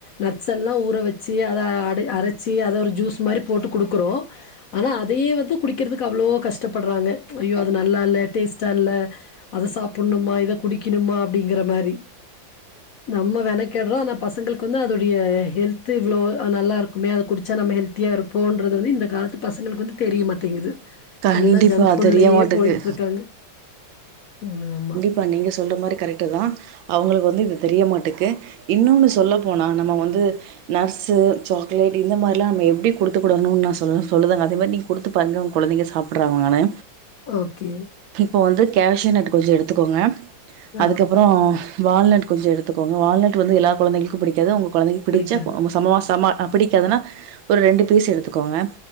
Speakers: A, on the left; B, on the right.
A: நட்ஸெல்லா ஊற வெச்சு அத அட அரச்சி அத ஒரு ஜூஸ் மாரி போட்டு குடுக்குறோ ஆனா அதயே வந்து குடிக்றதுக்கு அவ்ளோ கஷ்டப்பட்றாங்க ஐயோ அது நல்லால டேஸ்ட்டால்ல அத சாப்டணுமா இத குடிக்கணுமா அப்டிங்கற மாரி நம்ம மெனக்கெட்றோ ஆனா பசங்களுக்கு வந்து அதோடய ஹெல்த்து இவ்ளோ நல்லா இருக்குமே அத குடிச்சா நம்ம ஹெல் த்தியா இருப்போன்றது வந்து இந்த காலத்து பசங்களுக்கு வந்து தெரிய மாட்டேங்குது
B: கண்டிப்பா
A: எல்லா ஜங்க் ஃபுட்லயே
B: தெரிய மாட்டுக்கு
A: போய்ட்ருக்காங்க உ ஆமா
B: இப்ப நீங்க சொல்ற மாரி கரெக்ட்டு தா அவங்களுக்கு வந்து இது தெரியமாட்டேக்கு இன்னொன்னு சொல்ல போனா நம்ம வந்து நட்ஸு சாக்லேட் இந்த மாரிலா நம்ம எப்டி கொடுத்துக்கடணும்னு நா சொ சொல்லுரேங்க அதே மாரி நீ கொடுத்து பாருங்க உங்க குழந்தைங்க சாப்பிடுறாங்களானு
A: ஓகே
B: இப்போ வந்து கேஷவ் நட்டு கொஞ்சோ எடுத்துக்கோங்க அதுக்கப்புறோ
A: ஆ
B: வால்நட் கொஞ்சோ எடுத்துக்கோங்க வால்நட் வந்து எல்லா குழந்தைளுக்கு பிடிக்காது உங்க குழந்தைக்கு பிடிச்சா
A: பிடிக்காது.
B: செம செம பிடிக்காதுன்னா ஒரு ரெண்டு பீஸ் எடுத்துக்கோங்க